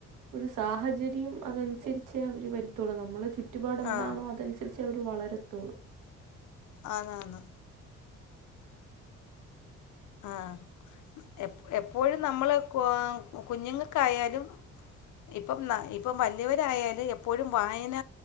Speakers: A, on the right; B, on the left.
A: ഒരു സാഹചര്യം അതൻസരിച്ചെ അവര് വരുത്തുള്ളൂ നമ്മള് ചു റ്റുപാട് എന്താണോ
B: ആ
A: അതനുസരിച്ച് അവര് വളരത്തോള്ളൂ.
B: ആന്നാന്ന് ആഹ് എപ് എപ്പോഴും നമ്മള് ക്വാ കുഞ്ഞ്ങ്ങക്കായാലും ഇപ്പം ഇപ്പം വലിയവരായാല് എപ്പോഴും വായന